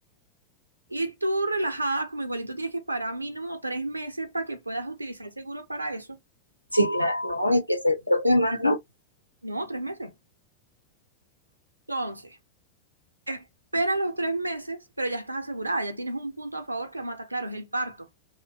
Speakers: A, on the right (about 80°); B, on the left (about 90°).
A: Y tú relajada, como igualito tienes que esperar mínimo tres meses para que puedas utilizar el seguro para eso.
B: Sí, claro, no, y que se, creo que más, ¿no?
A: No, tres meses. Entonces, esperas los tres meses, pero ya estás asegurada, ya tienes un punto a favor que mata, claro, es el parto.